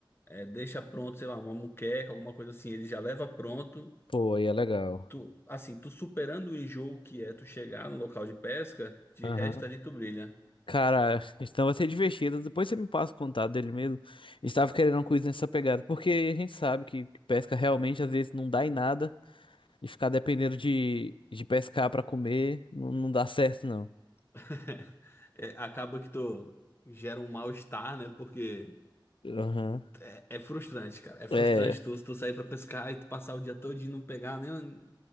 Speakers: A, on the left; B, on the left.
A: é, deixa pronto, sei lá, uma muqueca, alguma coisa assim. Ele já leva pronto.
B: Pô, aí é legal.
A: Tu, assim, tu superando o enjoo que é tu chegar no local de pesca, de
B: Aham.
A: resto ali tu brilha.
B: Cara, então vai ser divertido. Depois você me passa o contato dele mesmo. Estava querendo uma coisa nessa pegada, porque a gente sabe que pesca realmente às vezes não dá em nada. E ficar dependendo de, de pescar pra comer não, não dá certo, não.
A: <laughs> é, acaba que tu gera um mal-estar, né? Porque
B: Aham.
A: é, é frustrante, cara. É frustrante
B: É.
A: tu, tu sair pra pescar e tu passar o dia todo e não pegar nem,